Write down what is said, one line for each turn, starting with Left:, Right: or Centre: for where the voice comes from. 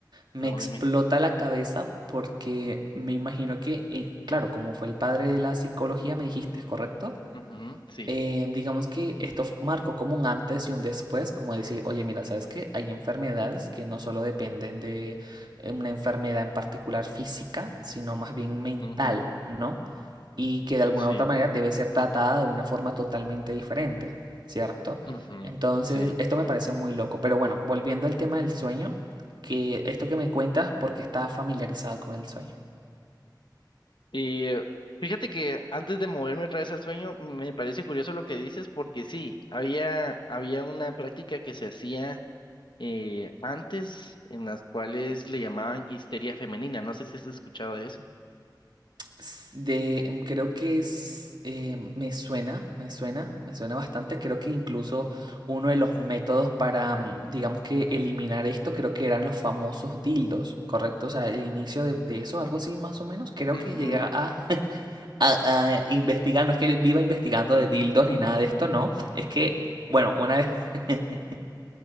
Right: me
Left: No,
Right: explota
Left: dime.
Right: la cabeza porque me imagino que, eh, claro, como fue el padre de la psicología, me dijiste, es ¿correcto?
Left: Ujú, sí.
Right: Eh, digamos que esto f- marcó como un antes y un después, como decir, oye, mira, ¿sabes qué? Hay enfermedades que no solo dependen de eh, una enfermedad en particular física, sino más bien mental,
Left: ujú,
Right: ¿no? Y que de alguna
Left: sí.
Right: u otra manera debe ser tratada de una forma totalmente diferente, ¿cierto?
Left: ujú,
Right: Entonces,
Left: sí.
Right: esto me parece muy loco. Pero bueno, volviendo al tema del sueño, que esto que me cuentas, porque está familiarizado con el sueño.
Left: Y eh, fíjate que antes de moverme otra vez al sueño, me parece curioso lo que dices, porque sí, había, había una práctica que se hacía eh, antes, en las cuales le llamaban histeria femenina. No sé si has escuchado de eso.
Right: s- De, mm, creo que es, eh, me suena, me suena, me suena bastante. Creo que incluso uno de los métodos para, mm, digamos que eliminar esto, creo que eran los famosos dildos, ¿correcto? O sea, el inicio de, de eso, algo así más o menos. Creo que
Left: Ujú.
Right: llegué a, <laughs> a, a investigar, no es que viva investigando de dildos ni nada de esto, no. Es que, bueno, una vez <laughs>